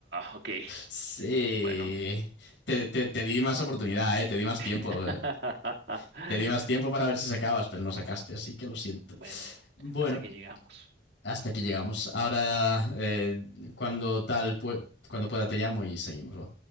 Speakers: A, on the right; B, on the left.
A: ok,
B: Sí.
A: bueno.
B: Te, te- te di más oportunidad, eh. Te di más tiempo.
A: <laughs>
B: eh. Te di más tiempo para ver si sacabas, pero no sacaste, así que lo siento.
A: Bueno,
B: Bueno,
A: hasta que llegamos.
B: hasta aquí llegamos. Ahora, eh, cuando tal, pue- cuando pueda te llamo y seguimos, ¿va?